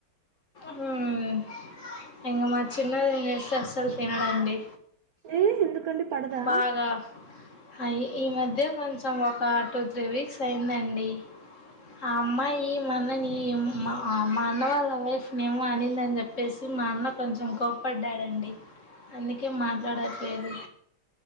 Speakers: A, on the left; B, on the right.
A: హ్ ఇంకా మా చిన్నది నేను చేస్తే అస్సలు తినడండి
B: ఏ ఎందుకండి పడదా
A: బాగా అయి ఈ మధ్య కొంచెం ఒక టూ త్రీ వీక్స్ అయిందండి. ఆ అమ్మాయి మా ఆన్నాని మా మా అన్న వాళ్ళ వైఫ్ ఏమో అనిందని చెప్పేసి మా అన్న కొంచెం కోప్పడ్డాడండి. అందుకే మాట్లాడట్లేదు